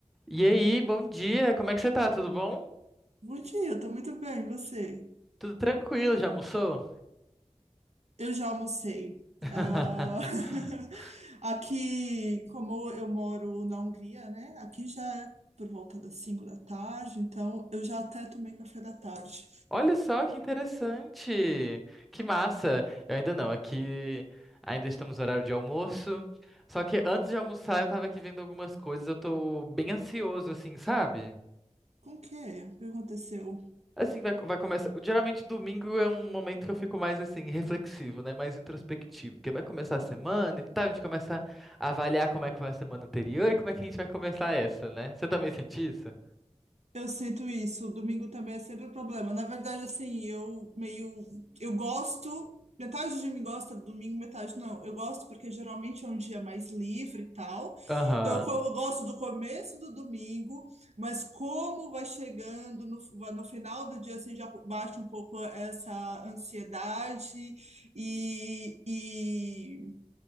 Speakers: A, in the centre; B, on the right.
A: E aí, bom dia, como é que você tá? Tudo bom?
B: Bom dia, eu tô muito bem, e você?
A: Tudo tranquilo, já almoçou?
B: Eu já almocei.
A: <laughs>
B: Ah, <laughs> aqui, como eu moro na Hungria, né? Aqui já é por volta das 5 da tarde, então eu já até tomei café da tarde.
A: Olha só que interessante! Que massa! Eu ainda não, aqui ainda estamos no horário de almoço. Só que antes de almoçar, eu tava aqui vendo algumas coisas, eu tô bem ansioso, assim, sabe?
B: Com o quê? O que aconteceu?
A: Assim, vai, vai começar. Geralmente, domingo é um momento que eu fico mais, assim, reflexivo, né? Mais introspectivo. Porque vai começar a semana e tal, a gente começa a avaliar como é que foi a semana anterior e como é que a gente vai começar essa, né? Você também sente isso?
B: Eu sinto isso. O domingo também é sempre o problema. Na verdade, assim, eu meio. Eu gosto. Metade de mim gosta do domingo, metade não. Eu gosto porque geralmente é um dia mais livre e tal.
A: Aham.
B: Então, eu, co- eu gosto do começo do domingo, mas como vai chegando no, no final do dia, assim, já bate um pouco essa ansiedade e, e